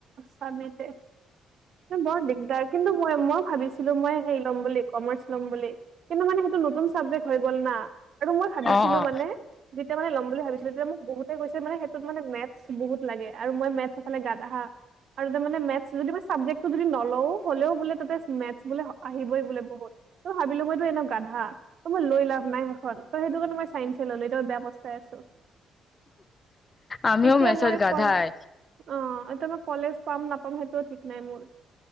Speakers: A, on the right (about 65°); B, on the left (about 30°).
A: চামিতে বৰ দিগদাৰ কিন্তু মই মই ভাবিছিলো মই হেৰি ল'ম বুলি কমাৰ্চ লম বুলি কিন্তু মানে সেইটো নতুন চাবজেক্ হৈ গ'ল না আৰু মই ভাবিছিলো
B: অ অ
A: মানে যেতিয়া মানে ল'ম বুলি ভাবিছিলো তেতিয়া মোক বহুতে কৈছে মানে সেইটোত মানে মেটছ বহুত লাগে আৰু মই মেটছ ইফালে গাধা‌ আৰু তাৰ মে মেটছ যদি মই চাবজেক্ট ত যদি নলও হলেও বোলে তাতে মেটছ বোলে আহিবই বোলে বহুত ত' ভাবিলো মইতো এনে গাধা অ মই লৈ লাভ নাই সেইখন তই সেইটো কাৰণে মই চাইন্স এ ললো এতিয়া মই বেয়া পচটাই আছো
B: আমিও
A: এতিয়া
B: মেছত
A: মই
B: গাধাই
A: কল অ এতিয়া মই কলেজ পাম নাপাম সেই ঠিক নাই মোৰ